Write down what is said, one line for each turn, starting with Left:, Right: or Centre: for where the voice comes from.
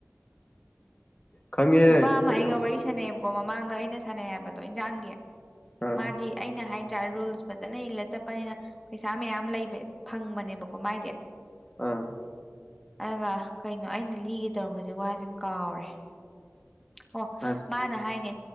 Left: ꯈꯪꯉꯦꯍꯦ
Centre: ꯅꯨꯄꯥ ꯑꯃ
Left: ꯀꯩꯅꯣ
Centre: ꯑꯩꯒ ꯋꯥꯔꯤ ꯁꯥꯟꯅꯩꯑꯕꯀꯣ ꯃꯃꯥꯡꯗ ꯑꯩꯅ ꯁꯥꯟꯅꯩ ꯍꯥꯏꯕꯗꯣ ꯏꯟꯖꯥꯡꯒꯤ
Left: ꯑꯥ
Centre: ꯃꯥꯗꯤ ꯑꯩꯅ ꯍꯥꯏꯗ꯭ꯔꯥ ꯔꯨꯜꯁ ꯐꯖꯅ ꯏꯜꯂ ꯆꯠꯄꯅꯤꯅ ꯄꯩꯁꯥ ꯃꯌꯥꯝ ꯂꯩꯕ ꯐꯪꯕꯅꯦꯕꯀꯣ ꯃꯥꯏꯗꯤ
Left: ꯑ
Centre: ꯑꯗꯨꯒ ꯀꯩꯅꯣ ꯑꯩꯅ ꯂꯤꯒꯦ ꯇꯧꯔꯝꯕꯁꯦ ꯋꯥꯁꯦ ꯀꯥꯎꯔꯦ ꯑꯣ
Left: ꯑꯁ
Centre: ꯃꯥꯅ ꯍꯥꯏꯅꯦ